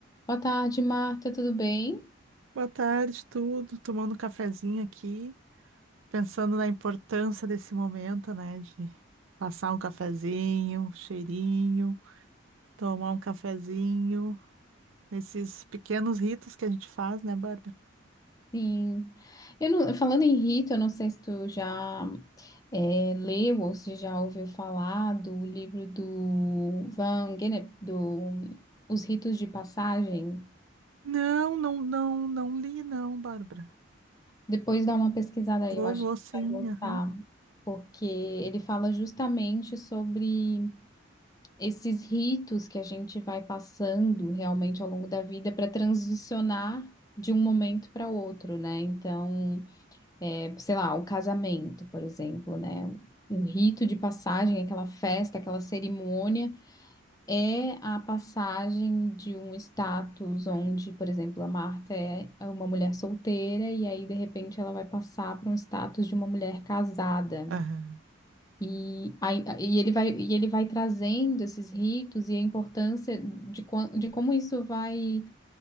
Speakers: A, on the left; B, on the right.
A: Boa tarde, Marta, tudo bem?
B: Boa tarde, tudo. Tomando um cafezinho aqui, pensando na importância desse momento, né? De passar um cafezinho, um cheirinho, tomar um cafezinho, esses pequenos ritos que a gente faz, né, Bárbara?
A: Sim. Eu não- falando em Rita, eu não sei se tu já é, leu ou se já ouviu falar do livro do Van Gennep, do Os Ritos de Passagem.
B: Não, não, não, não li, não, Bárbara.
A: Depois dá uma pesquisada aí,
B: Vou,
A: eu acho
B: vou
A: que
B: sim,
A: vai gostar,
B: aham.
A: porque ele fala justamente sobre esses ritos que a gente vai passando realmente ao longo da vida para transicionar de um momento para outro, né? Então. é, sei lá, o casamento, por exemplo, né? Um rito de passagem, aquela festa, aquela cerimônia, é a passagem de um status onde, por exemplo, a Marta é uma mulher solteira e aí, de repente, ela vai passar para um status de uma mulher casada.
B: Aham,
A: E, aí- e ele vai, e ele vai trazendo esses ritos e a importância de, quan- de como isso vai